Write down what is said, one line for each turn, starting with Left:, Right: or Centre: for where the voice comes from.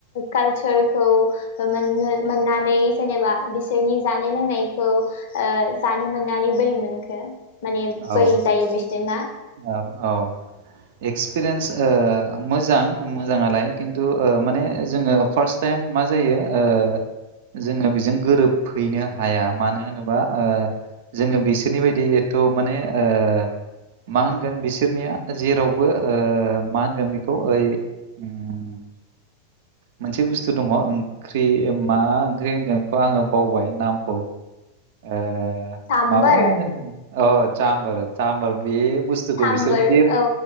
Left: कालचारखौ मोन मोननानै जेनेबा बिसोरनि जानाय लोंनायखौ ओ जानो मोननानै बोरै मोनखो माने बोरै
Right: औ
Left: जायो बिसोरना?
Right: औ औ। एक्सपिरियेन्स ओ मोजां मोजाङालाय खिन्थु ओ माने जोङो फार्स्ट टाइम मा जायो ओ जोङो बेजों गोरोबहैनो हाया मानो होनोबा ओ जोङो बिसोरनि बायदि एथ' माने ओ मा होनगोन बिसोरनिया जेरावबो ओ मा होनगोन बेखौ ओइ
Left: <inaudible>
Right: उम, मोनसे बुस्थु दङ ओं ओंख्रि मा ओंख्रि होनगोनखौ आङो बावबाय नामखौ ओ
Left: साम्बार
Right: माबा औ चामबार चामबार बे बुस्थुखौ
Left: साम्बार
Right: बिसोरो जिर
Left: औ